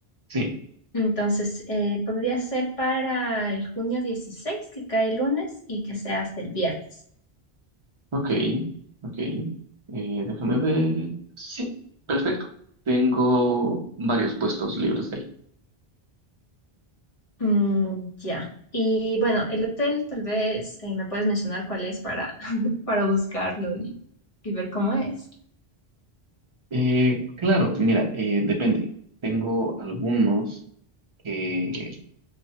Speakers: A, on the right (about 35°); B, on the left (about 35°).
A: Sí,
B: Entonces, eh, podría ser para el junio 16 que cae el lunes, y que sea hasta el viernes.
A: ok, ok. Eh, déjame ver. Sí, perfecto. Tengo varios puestos libres ahí.
B: Mm, ya. Y bueno, el hotel tal vez eh, me puedes mencionar cuál es para, <laughs> para buscarlo y, y ver cómo es.
A: Eh, claro, mira, eh, depende. Tengo algunos que